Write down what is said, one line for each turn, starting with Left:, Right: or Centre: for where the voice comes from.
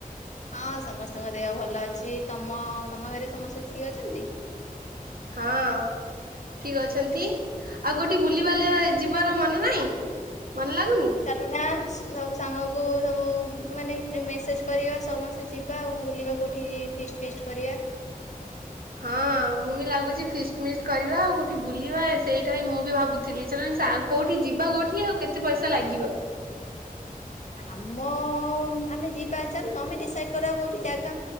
Left: ହଁ ସମସ୍ତଙ୍କ ଦେହ ଭଲ ଅଛି ତମ ତମ ଘରେ ସମସ୍ତେ ଠିକ ଅଛନ୍ତି?
Right: ହଁ। ଠିକ ଅଛନ୍ତି ଆଉ ଗୋଟେ ବୁଲିବାଲି ଯିବାର ମନ ନାହିଁ ମନ ଲାଗୁନି?
Left: ଚାଲୁନା ସବୁ ସାଙ୍ଗକୁ ସବୁ ମାନେ ମେସେଜ କରିବା ସମସ୍ତେ ତେ ଯିବା ଆଉ ବୁଲିବା କୋଉଠିକି ଫିଷ୍ଟ ଫିଷ୍ଟ କରିବା।
Right: ହଁ ମୁଁ ବି ଲାଗୁଛି ଫିଷ୍ଟ ମିଷ୍ଟ କରିବା ଆଉ କୋଉଠି ବୁଲିବା ସେଇଟା ମୁଁ ବି ଭାବୁଥିଲି ସେମାନେ ସା କୋଉଠି ଯିବା କୋଉଠି ଆଉ କେତେ ପଇସା ଲାଗିବ?
Left: ଆମ ଆମେ ଯିବା ଚାଲ ତମେ ଡିସାଇଡ କରିବ କୋଉଠି ଜାଗା।